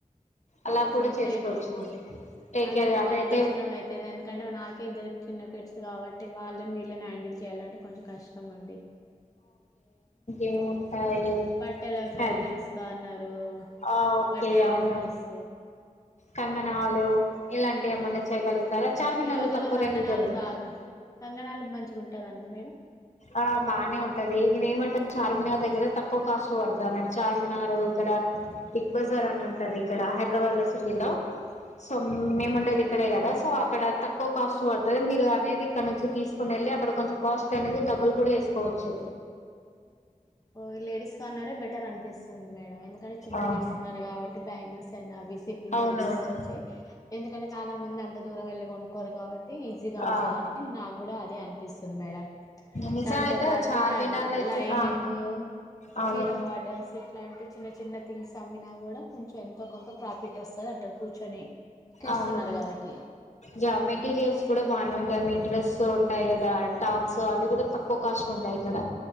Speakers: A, on the left; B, on the left.
A: అలా
B: ఆ,
A: కూడా చేసుకోవచ్చు
B: టేక్
A: టేక్
B: అదంటే
A: కేర్ అదైతే
B: కొంచెం కష్టం అయితది ఎందుకంటే నాకే ఇద్దరు చిన్న పిట్స్ కాబట్టి వాళ్ళని వీళ్ళని హ్యాండిల్ చేయాలంటే కొంచెం కష్టం అండి
A: ఏం ఉంటాయ్
B: బట్టల
A: సరి
B: లేడీస్ కార్నరు
A: ఆ ఓకే
B: బట్టల
A: అవును
B: బిజినెస్
A: కంగనాలు ఇలాంటివి ఏమన్నా చేయగలుగుతారా చార్మినార్లు
B: ఈ రోజుల్లో
A: తక్కువ
B: కంగనాలు
A: రేట్లు దోరుగు
B: బాగా కంగనాలు మంచిగా ఉంటదండి మేడం
A: ఆ బానే ఉంటది ఈ నేనేం అంట చార్మినర్ దగ్ దగ్గిర తక్కువ కాస్ట్ పడుతది అన్నట్టు చార్మినార్ ఇక్కడ బిగ్ బజార్ అని ఉంటది ఇక్కడ హైద్రాబాద్ సిటీలో సో
B: ఆహా
A: మేము ఉండేది ఇక్కడే కదా సో అక్కడ తక్కువ కాస్ట్ పడుతది మీరు అనేది ఇక్కడ నుంచీ తీసుకుని వెళ్ళి అక్కడ కొంచెం కాస్ట్ అనేది డబల్ కూడా వేసుకోవచ్చు
B: ఓ లేడీస్ కార్నరే బెటర్ అనిపిస్తుంది మేడం ఎందుకంటే చిన్న
A: ఆ
B: కిడ్స్ ఉన్నారు కాబట్టి బ్యాంగిల్స్ అన్నా అవి ఈ
A: అవునవును
B: నుండి తీసుకవచ్చి ఎందుకంటే చాలా మంది అంత దూరం వెళ్ళి కోరు కాబట్టి ఈజీగా
A: ఆ
B: ఉంటది అని నాకు కూడా అదే అన్ అనిపిస్తుంది మేడం
A: నిజం
B: దాంతో
A: అయితే
B: పాటు
A: చార్మినార్
B: లబ్
A: లో అయితే
B: లైనింగ్
A: ఆ అవును
B: చీర బార్డర్స్ ఇట్లాంటి చిన్న చిన్న థింగ్స్ అమ్మినా కూడా కొంచెం ఎంతో కొంత ప్రాఫిట్ వస్తది అంటారు కూర్చొని కిడ్స్
A: అవును
B: ఉన్నారు కాబట్టి
A: జా మెటీరియల్స్ కూడా బాగానే ఉంటాయి మీన్ డ్రెస్ టాయి కదా టాక్స్ అవి కూడా తక్కువ కాస్ట్ ఉంటాయి ఇక్కడ